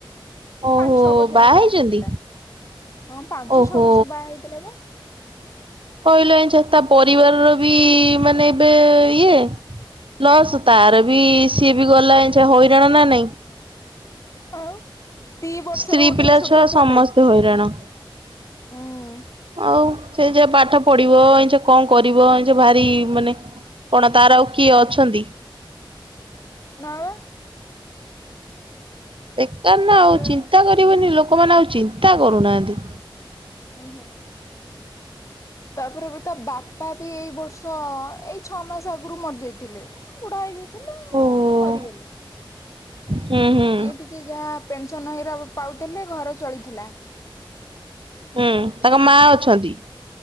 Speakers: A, on the right; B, on the left.
A: ଓହୋ
B: ପାଞ୍ଚ ଛଅ ବର୍ଷ ହେଲା ବାହା
A: ହେଇଛନ୍ତି?
B: ହେଇଥିଲା ହଁ ପାଞ୍ଚ
A: ଓହୋ
B: ଛଅ ବର୍ଷ ବାହା ହେଇଥିଲା ବା।
A: କହିଲ ଏଛ ତା ପରିବାରର ବି ମାନେ ଏବେ ଇଏ। ଲସ୍ ତାର ବି ସିଏ ବି ଗଲା ଏଯେ ହଇରାଣ ନା ନାଇଁ।
B: ଆଉ ଦି ବର୍ଷର
A: ସ୍ତ୍ରୀ
B: ଗୋଟେ
A: ପିଲା
B: ଛୋଟ
A: ଛୁଆ
B: ପୁଅଟାଇ
A: ସମସ୍ତେ ହଇରାଣ।
B: ଉଁ
A: ଆଉ। ସେ ଯେ ପାଠ ପଢିବ ଏଇଛ କଣ କରିବ ଏଇଛ ଭାରି ମାନେ କଣ ତାର ଆଉ କିଏ ଅଛନ୍ତି?
B: <unintelligible>
A: ବେକାର ନା
B: ତାପରେ
A: ଆଉ ଚିନ୍ତା କରିବେନି ଲୋକମାନେ ଆଉ ଚିନ୍ତା କରୁନାହାନ୍ତି।
B: ହୁଁ ହୁଁ। ତାପରେ ବି ତା ବାପା ବି ଏଇ ବର୍ଷ ଏଇ ଛଅ ମାସ ଆଗରୁ ମରିଯାଇଥିଲେ। ବୁଢା ହେଇଯାଇଥିଲେ
A: ଓହୋ
B: ମରିଗଲେ।
A: ହୁଁ ହୁଁ
B: ସିଏ ଟିକେ ଯାହା ପେନସନ ହେରା ପାଉଥିଲେ ଘର ଚଳୁଥିଲା।
A: ହୁଁ ତାଙ୍କ ମା ଅଛନ୍ତି?